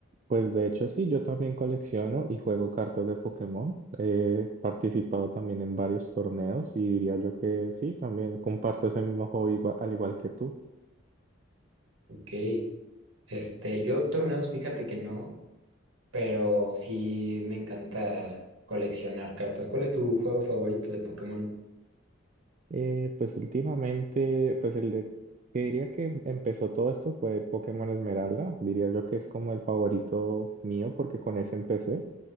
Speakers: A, on the right; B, on the right.
A: Pues de hecho sí, yo también colecciono y juego cartas de Pokémon. He participado también en varios torneos y diría yo que sí, también comparto ese mismo hobby igua- al igual que tú.
B: Ok. Este, yo torneos, fíjate que no. pero sí me encanta coleccionar cartas. ¿Cuál es tu juego favorito de Pokémon?
A: Eh, pues últimamente, pues el de que diría que em- empezó todo esto fue el Pokémon Esmeralda. Diría yo que es como el favorito mío porque con ese empecé.